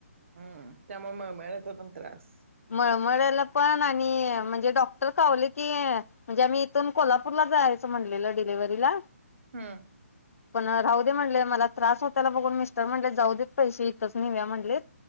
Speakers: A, on the right; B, on the left.
A: हम्म! त्यामुळं मळमळन्याचा पण त्रास.
B: मळमळ्याल पण आणि म्हणजे डॉक्टर कावले की म्हणजे आम्ही इथून कोल्हापूरला जायचं म्हणलेलं डिलिव्हरीला
A: हम्म!
B: पण राहू दे म्हणले मला त्रास होत्याल बघून मिस्टर म्हणले जाऊ देेत पैसे इथंच नीव्या म्हणलेत.